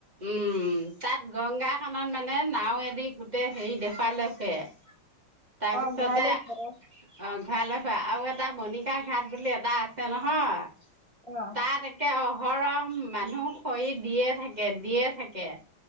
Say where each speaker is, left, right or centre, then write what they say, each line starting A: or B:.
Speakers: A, on the right; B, on the left.
A: উম' তাত গংগা খনত মানে নাও এদি গোটেই হেৰি দেখুৱাল লৈ ফুৰে। তাৰপিছতে
B: অঁ ঘূৰাই লৈ ঘৰত
A: অ', ঘূৰাই লৈ ফুৰে আৰু এটা মণিকা ঘাট বুলি এটা আছে নহয়।
B: অঁ
A: তাত একে অ', হৰহ মানুহ খৰি দিয়ে থাকে। গে দিয়ে থাকে।